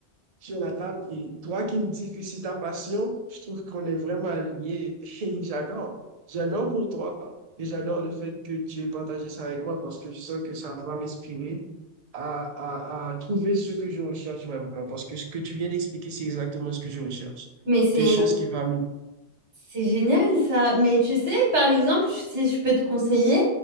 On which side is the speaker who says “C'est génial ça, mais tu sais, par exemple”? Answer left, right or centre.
Right